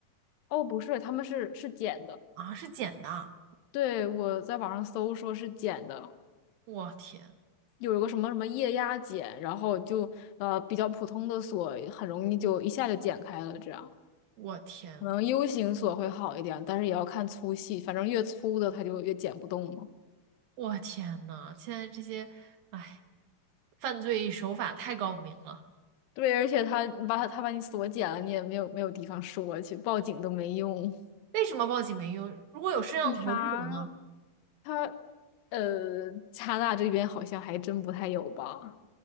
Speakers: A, on the left; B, on the right.
A: 哦，不是，他们是是剪的。
B: 啊，是剪的啊，
A: 对，我在网上搜说是剪的，
B: 我天，
A: 有一个什么什么液压剪，然后就呃比较普通的锁很容易就一下就剪开了，这样
B: 我天，
A: 可能 U 型锁会好一点，但是也要看粗细，反正越粗的它就越剪不动嘛。
B: 我天呐，现在这些，哎，犯罪手法太高明了。
A: 对，而且他把他他把你锁检了，你也没有没有地方说去，报警都没用。<laughs>
B: 为什么报警没用？如果有摄像头这种呢？
A: 警察他呃，加拿大这边好像还真不太有吧？